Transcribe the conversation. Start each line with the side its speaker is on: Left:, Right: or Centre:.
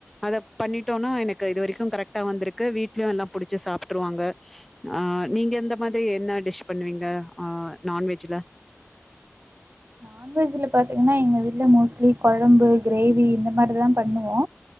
Centre: அத பண்ணிட்டோனா எனக்கு இது வரைக்கு கரெக்ட்டா வந்திருக்கு வீட்லயு எல்லா புடிச்சி சாப்ட்ருவாங்க ஆ நீங்க இந்த மாதிரி என்ன டிஷ் பண்ணுவீங்க ஆ நான்வெஜ்ஜுல
Right: நான்வெஜ்ஜுல பாத்தீங்கன்னா எங்க வீட்ல மோஸ்ட்லி கொழம்பு, க்ரேவி இந்த மாரி தா பண்ணுவோ